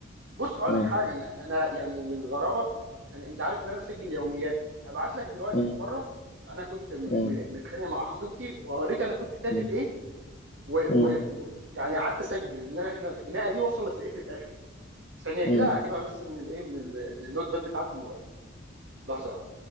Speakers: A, on the right; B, on the left.
A: بص اقول
B: مم.
A: لك حاجه انا انا يعني للغرابه انا انت عارف ان انا بسجل يومياتي هبعت لك دلوقتي
B: مم.
A: في مره انا كنت م-
B: مم.
A: م- متخانق مع خطيبتي وهوريك انا كنت كاتب
B: مم.
A: ايه ويعني
B: مم.
A: قعدت اسجل ان احنا الخناقه دي وصلت لايه في الاخر ثانيه كده
B: مم.
A: هجيبها بس من الايه من ال من النوت باد بتاعت الموبايل لحظه